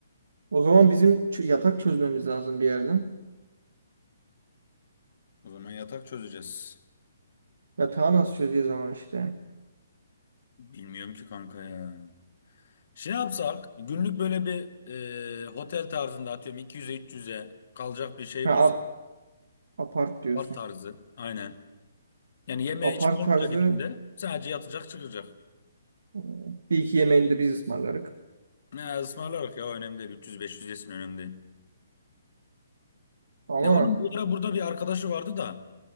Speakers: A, on the right; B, on the left.
A: O zaman bizim ç- yatak çözmemiz lazım bir yerden.
B: O zaman yatak çözeceğiz.
A: Yatağı nasıl çözeceğiz ama işte.
B: Bilmiyorum ki kanka ya. Şey yapsak günlük böyle bir e, otel tarzında atıyorum 200'e 300'e kalacak bir şey
A: Ha,
B: bulsak.
A: ap- apart diyorsun.
B: Apart tarzı. Aynen. Yani yeme
A: Apart
B: içme olmayacak
A: tarzı
B: içinde. Sadece yatacak çıkacak.
A: e, bir iki yemeğini de biz ısmarlarık.
B: Ne ısmarlarız ya önemli değil. 300-500 yesin önemli değil.
A: Ama
B: Ne oğlum bir ara burada bir arkadaşı vardı da.